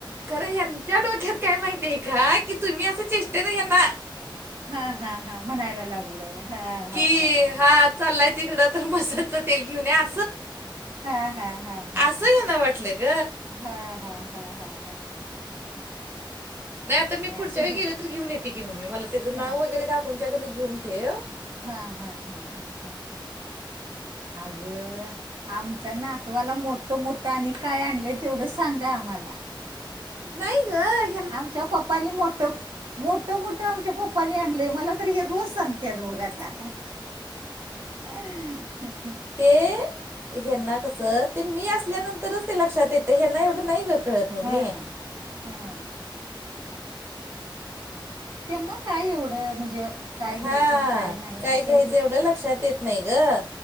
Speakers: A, on the right (about 25°); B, on the right (about 75°).
A: खरं यांच्या डोक्यात काय माहिती आहे का, कि तुम्ही असं चेष्टे न यांना
B: हा हा हा, म्हणायला लागलोय, हा हा
A: की
B: हा.
A: हा चाललाय तिकडं तर मसाजच तेल घेऊन या.
B: हा हा हा हा
A: असं
B: हा
A: ह्यांना
B: ह.
A: वाटलं ग
B: हा हा हा हा हा.
A: नाही आता मी पुढच्या
B: असू
A: वेळी
B: देत
A: गेले तर घेऊन येते की मम्मी, मला त्याचं
B: हा
A: नाव वगैरे काकूनच्याकडनं घेऊन ठेव,
B: हा हा हा हा, अगंऽ आमच्या नातवाला मोठ मोठं आणि काय आणलंय तेवढं सांगा आम्हाला.
A: नाही गं.
B: आमच्या पप्पानी मोटं मोटं मोटं आमच्या पप्पानी आणलय मला त हे रोज सांगते बघ आता. <inaudible>
A: ते ह्यांना कस, ते मी असल्यानंतरच ते लक्षात येतय, हेंना एवढं नाही ग कळत मम्मी
B: हम्म, हम्म. त्यांना काय एवढं म्हणजे काय घ्यायचं
A: हा,
B: आणि नाही
A: काय
B: असं
A: घ्यायचं एवढं लक्षात येत नाही गं.